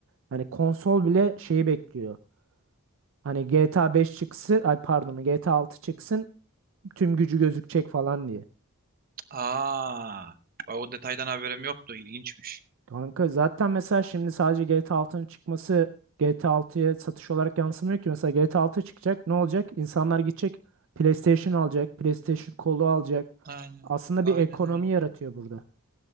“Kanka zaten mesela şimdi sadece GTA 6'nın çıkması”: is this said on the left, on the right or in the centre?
Right